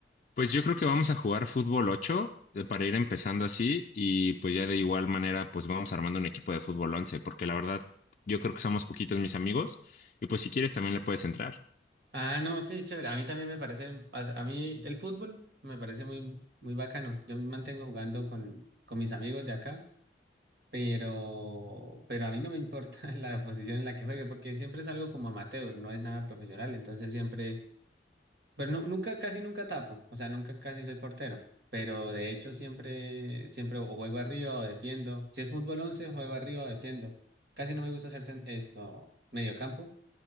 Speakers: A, on the left; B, on the right.
A: Pues yo creo que vamos a jugar fútbol 8 eh, para ir empezando así y pues ya de igual manera pues vamos armando un equipo de fútbol 11 porque la verdad yo creo que somos poquitos mis amigos y pues si quieres también le puedes entrar.
B: Ah, no, sí, chévere. A mí también me parece, a, a mí el fútbol me parece muy, muy bacano. Yo me mantengo jugando con, con mis amigos de acá pero, pero a mí no me importa <laughs> la posición en la que juegue, porque siempre es algo como amateur, no es nada profesional, entonces siempre, pero no, nunca, casi nunca tapo, o sea, nunca casi soy portero, pero de hecho siempre, siempre o juego arriba o defiendo, si es fútbol 11 juego arriba o defiendo, casi no me gusta hacer cen- esto, mediocampo